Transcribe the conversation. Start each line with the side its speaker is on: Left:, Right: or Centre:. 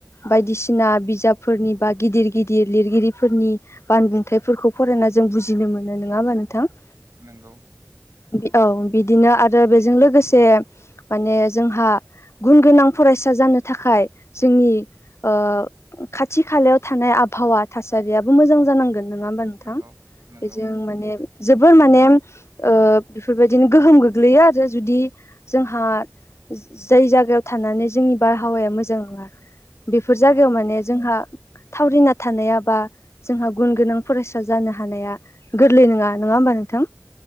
Left: बायदिसिना बिजाबफोरनि बा गिदिर गिदिर लिरगिरिफोरनि बानबुंथाइफोरखौ फरायना जों बुजिनो मोनो नङा होमबा नोंथां
Right: नोंगौ
Left: औ बिदिनो आरो बेजों लोगोसे माने जोंहा गुन गोनां फरायसा जानो थाखाय जोंनि ओ खाथि खालायाव थानाय आब आबहावा थासारियाबो मोजां जानांगोन नङा होमबा नोंथां
Right: नंगौ नंगौ
Left: बेजों माने जोबोर माने ओ बेफोरबायदिनो गोहोम गोग्लैयो आरो जुदि जोंहा जाय जायगायाव थानानै जोंनि बारहावाया मोजां नङा बेफोर जायगायाव
Right: औ
Left: माने जोंहा थावरिना थानाया बा जोंहा गुन गोनां फरायसा जानो हानाया गोरलै नङा नङा होमबा नोंथां